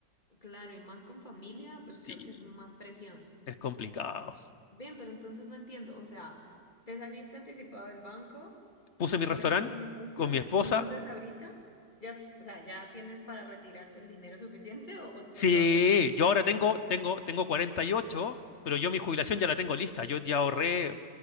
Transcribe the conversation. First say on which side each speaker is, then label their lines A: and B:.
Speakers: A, on the left; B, on the left.
A: Claro, y más con familia, pues
B: Sí.
A: creo que es más presión.
B: es complicado.
A: Bien, pero entonces no entiendo. O sea, te saliste anticipado del banco,
B: Puse mi
A: empezaste
B: restaurante
A: el negocio
B: con mi esposa.
A: y entonces ahorita ya, o sea, ya tienes para retirarte el dinero suficiente o, o- o
B: Sí,
A: todavía estás buscando
B: yo ahora
A: unos
B: tengo,
A: proyectos.
B: tengo, tengo cuarenta y ocho pero yo mi jubilación ya la tengo lista. Yo ya ahorré,